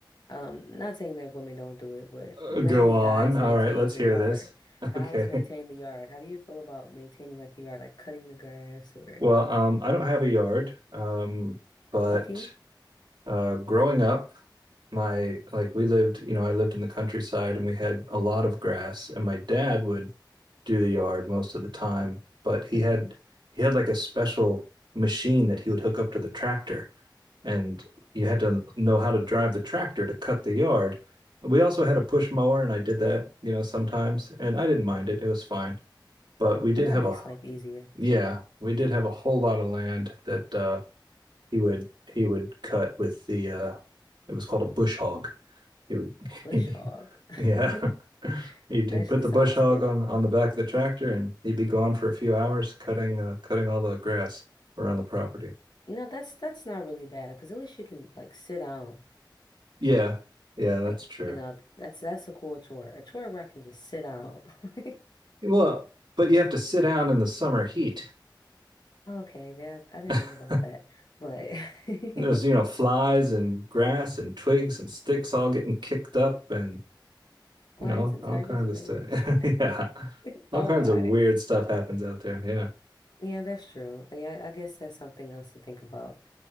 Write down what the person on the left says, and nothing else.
Um, not saying that women don't do it, but
mainly
guys
maintain
the
yard.
Guys
maintain the yard. How do you feel about maintaining like the yard, like cutting the grass or
lucky?
Mm-hmm.
Well, that
makes
life easier.
Bush
hog.
<laughs>
Naturally
sounds
cool.
You know, that's that's not really bad because at least you can like sit down.
Like,
you know, that's that's a cool chore. A chore where I can just sit down. <laughs>
Okay, that I didn't
think about that, but <laughs>
Lions
and
tigers
and
bears.
<laughs>
Oh
my.
Yeah, that's true. Yeah, I guess that's something else to think about.